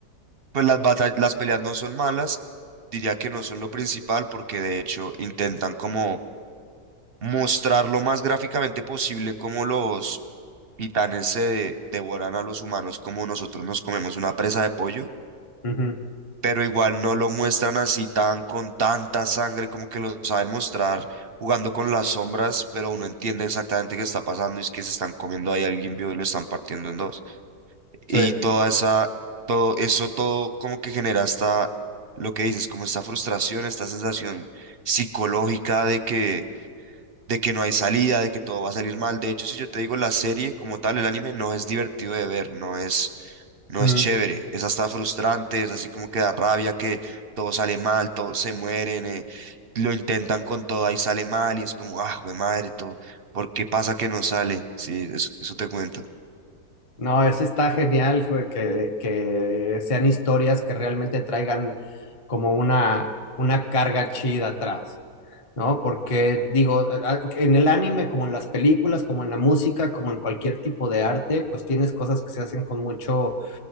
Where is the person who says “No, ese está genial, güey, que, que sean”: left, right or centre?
Left